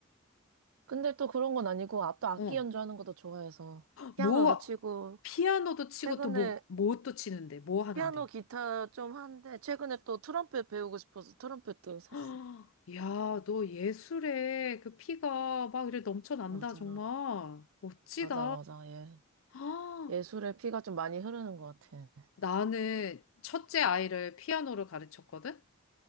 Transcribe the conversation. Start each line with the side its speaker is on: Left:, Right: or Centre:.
Right: 근데 또 그런 건 아니고 아, 또 악기
Left: 어.
Right: 연주하는 것도 좋아해서 피아노도
Left: 뭐
Right: 치고
Left: 피아노도 치고
Right: 최근에
Left: 또 뭐, 뭐 또 치는데 뭐 하는데
Right: 피아노 기타 좀 하는데 최근에 또 트럼펫 배우고 싶어서 트럼펫도
Left: <gasps>
Right: 샀어.
Left: 헉, 야, 너 예술에 그 피가 막 이래 넘쳐난다
Right: 맞아.
Left: 정말 멋지다
Right: 맞아,
Left: <gasps>
Right: 맞아. 예.
Left: 아,
Right: 예술의 피가 좀 많이 흐르는 것 같아.
Left: 나는 첫째 아이를 피아노를 가르쳤거든